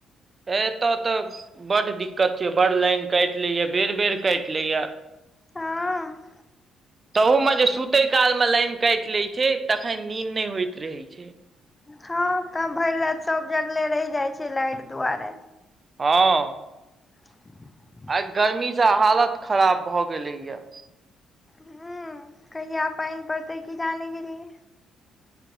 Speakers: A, on the right; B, on the left.
A: ए एतय तऽ बड्ड दिक्कत छै बड़ लाइन कैट लैए बेर बेर काटि लैए।
B: हँ
A: तहु में जे सुते काल में लाइन कैट लै छै तखन नींद नै होइत रहे छैय।
B: ह तऽ भैर रेत सब जगले रैह‌जाइ छैय लाइट दुआरे।
A: हँ
B: <inaudible>
A: आइ गर्मी से हालत खराब भए गेले या।
B: ह कहिया पैन पड़तै की जाने गेलिए